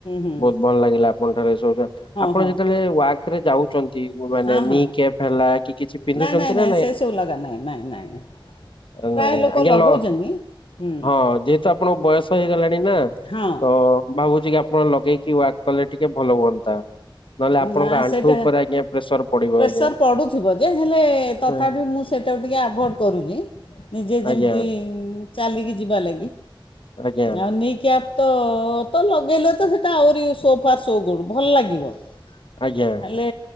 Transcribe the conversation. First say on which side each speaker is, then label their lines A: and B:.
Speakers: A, on the left; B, on the left.
A: ହୁଁ
B: ବହୁତ ଭଲ ଲାଗିଲା ଆପଣଙ୍କ ଠାରୁ ଏ ସବୁ ସୁ
A: ହଁ
B: ଆପଣ
A: ହଁ
B: ଯେତେବେଳେ ୱାର୍କରେ ଯାଉଛନ୍ତି, ମାନେ
A: ହଁ
B: ନି
A: ହଁ
B: କେପ ହେଲା କି କିଛି ପିନ୍ଧୁଛନ୍ତି
A: ନାଇଁ ନାଇଁ
B: ନା
A: ନାଇଁ ସେ ସବୁ ଲଗା ନାଇଁ ନାଇଁ ନାଇଁ।
B: ଏ
A: ପ୍ରାୟ
B: ନାଇଁ
A: ଲୋକ
B: ଆଜ୍ଞା
A: ଲଗାଉଛନ୍ତି
B: ଲ
A: ହୁଁ
B: <inaudible> ହଁ ଯେହେତୁ ଆପଣଙ୍କ ବୟସ ହେଇଗଲାଣି ନା
A: ହଁ
B: ତ ଭାବୁଛି କି ଆପଣ ଲ ଲଗେଇକି ୱାର୍କ କଲେ ଟିକେ ଭଲ ହୁଅନ୍ତା। ନହେଲେ ଆପଣଙ୍କ
A: ନା
B: ଆଣ୍ଠୁ
A: ସେଇଟା
B: ଉପରେ ଆଜ୍ଞା ପ୍ରେସର ପଡିବ
A: ପ୍ରେସର
B: ଆଜ୍ଞା
A: ପଡ଼ୁଥିବ ଯେ ହେଲେ ତଥାପି
B: ହଁ
A: ମୁଁ ସେଇଟାକୁ ଟିକଏ ଆଭଏଡ଼ କରୁଛିି। ନିଜେ ଯେମିତି
B: ଆଜ୍ଞା
A: ଚାଲିକି ଯିବା ଲାଗି
B: ଆଜ୍ଞା।
A: ଆଉ ନି କ୍ୟାପ ତ ତ ଲଗେଇଲେ ତ ସେଇଟା ଆହୁରି ସୋ ଫାର ସୋ ଗୁଡ଼ ଭଲ ଲାଗିବ। ହେଲେ
B: ଆଜ୍ଞା